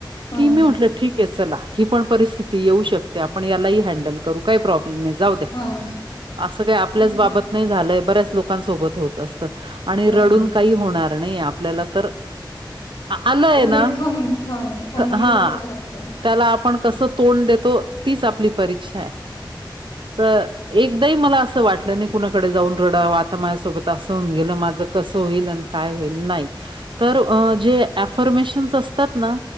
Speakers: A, on the left; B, on the right.
A: ह
B: की मी
A: ह
B: उठल्या त ठीक आहे चला ही पण परिस्थिती येऊ शकते. आपण यालाही हॅण्डल करू काही प्रॉब्लेम जाऊ द्या.
A: ह
B: असं काही आपल्याच
A: ह
B: बाबत नाही झालंय बऱ्याच लोकांसोबत होत असतं. आणि रडून
A: ह
B: काही होणार नाही. आपल्याला तर आलंय
A: उलट
B: ना,
A: खं हा खंबीर
B: हा
A: व्हावं लागतं
B: त्याला आपण कसं तोंड देतो. तीच आपली परीक्षा आहे. तर एकदाही मला असं वाटलं नाही. कुणाकडे जाऊन रडाव. आता माझ्यासोबत असं होऊन गेलं माझं कसं होईल आणि काय होईल नाही तर जे ऍफर्मेशन्स असतात ना